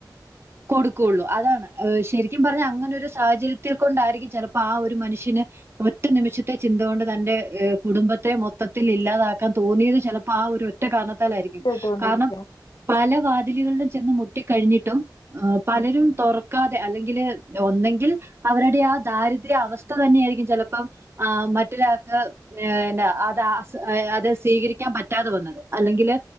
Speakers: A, on the right; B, on the left.
A: കൊടുക്കു ഒള്ളൂ. അതാണ് ഹ് ശരിക്കും പറഞ്ഞാ അങ്ങനൊരു സാഹചര്യത്തിൽ കൊണ്ടായിരിക്കും ചെലപ്പോ ആഹ് ഒരു മനുഷ്യന് ഒറ്റ നിമിഷത്തെ ചിന്ത കൊണ്ട് തന്റെ ഹേ കുടുംബത്തെ മൊത്തത്തിൽ ഇല്ലാതാക്കാൻ തോന്നിയത് ചെലപ്പോ ആഹ് ഒരു ഒറ്റ കാരണത്താലായിരി
B: കേട്ടുകൊണ്ടിരിക്കണേ
A: കാരണം പല വാതിലുകളിലും ചെന്ന് മുട്ടിക്കഴിഞ്ഞിട്ടും എഹ് പലരും
B: ആഹ് ഉം
A: തൊറക്കാതെ അല്ലെങ്കില് ഒന്നെങ്കിൽ അവരുടെ ആ ദാരിദ്ര്യ അവസ്ഥ തന്നെ ആയിരിക്കും ചെലപ്പം ഒ ആഹ് മറ്റൊരാക്ക് ഏഹ് ന്നെ അതാസ് ഏഹ് അത് സ്വീകരിക്കാൻ പറ്റാതെ വന്നത് അല്ലെങ്കില്